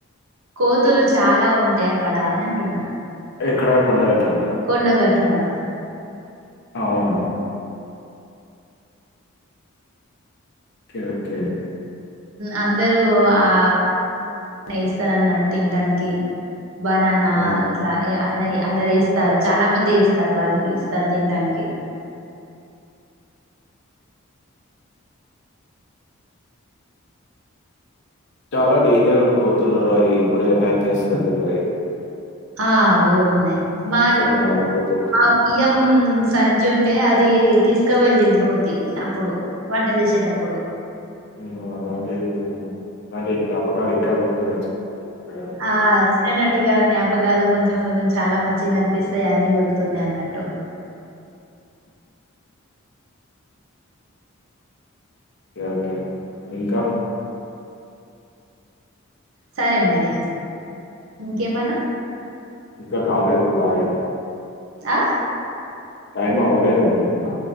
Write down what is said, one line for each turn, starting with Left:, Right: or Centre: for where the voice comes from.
Right: కోతులు చాలా ఉంటాయి అక్కడ అని అంటున్నా
Left: ఎక్కడ కొండగట్ట లా
Right: కొండగటుకాడ
Left: అవునా ఓకే ఓకే
Right: అందరూ ఆ ఏస్తాన్నాడు తింటానికి బనానా
Left: ఆ!
Right: ఇట్లా ఇగ అందరు ఇస్తారు చాలా మంది ఇస్తారు వాళ్ళకి ఇస్తారు తింటానికి
Left: చాలా డేంజరు కోతులు అయి ఎప్పుడు అటాక్ చేస్తాయో తెలువయి
Right: ఆ అవి కూడా ఉన్నాయి మా
Left: ఉండాలి కోతులతో
Right: మా బియం సంచి ఉండే అది తీసుకు వెెళ్ళింది కోతి అప్పుడు వంట చేసేటప్పుడు
Left: విన్నా అలాంటి విన్నాను నాటి జ్ఞాపకాలు ఇంకా గుర్తున్నాయి చిన్ననాటి జ్ఞాపకాలు
Right: ఆ చిన్న నాటి గా జ్ఞాపకాలు కొంచెం కొంచెం చాలా మంచిగా అనిపిస్తాయి అన్ని గుర్తున్నాయి అన్నట్టు
Left: ఓకే ఓకే ఇంకా
Right: సరే మరి ఇంకేమన
Left: ఇంకా కాలేదు అగండి
Right: అ
Left: టైం అవ్వలేదు అండి ఇంకా